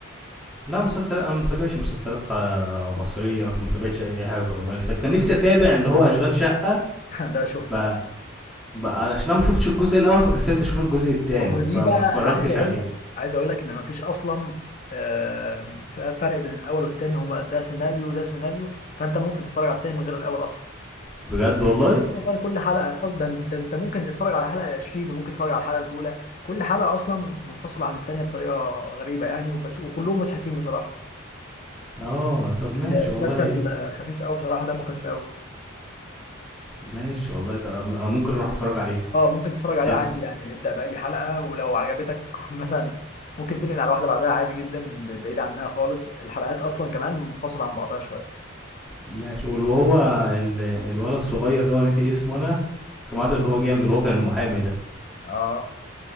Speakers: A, in the centre; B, on the left.
A: لا مسلسل انا ما بتابعش مسلسلات آه،
B: <laughs>
A: مصريه
B: بس
A: انا ما بتابعتش اي حاجه في رمضان اللي فات كان نفسي اتابع اللي هو اشغال شقه
B: ده شفته
A: ب...
B: ده
A: ب... عشان انا ما شفتش الجزء الاول فكسلت اشوف الجزء الثاني
B: ما هو دي
A: فما
B: بقى
A: اتفرجتش
B: انا عايز اقول
A: عليه
B: لك عايز اقول لك ان مفيش اصلا آم، فرق بين الاول والتاني هو بقى ده سيناريو وده سيناريو فانت ممكن تتفرج على التاني من غير الاول اصلا
A: بجد والله
B: والله كل حلقه أصلاً ده, ده انت ممكن تتفرج على الحلقه 20 وممكن تتفرج على الحلقه الاولى كل حلقه اصلا منفصله عن التانيه بطريقه غريبه يعني وبس وكلهم مضحكين بصراحه
A: اه طب
B: المسلسل
A: ماشي والله
B: خفيف قوي بصراحه دمه خفيف قوي
A: ماشي والله طب ما- ممكن اروح اتفرج عليه
B: اه ممكن تتفرج عليه
A: تل...
B: عادي يعني ابدأ بأي حلقة ولو عجبتك <laughs> مثلا ممكن تنقل على واحدة بعدها عادي جدا ب- بعيد عنها خالص الحلقات أصلا كمان منفصلة عن بعضها شوية
A: ماشي وال- وهو ال... الولد الصغير ده ناسي اسمه انا سمعت ان هو جامد اللي هو كان المحامي ده
B: اه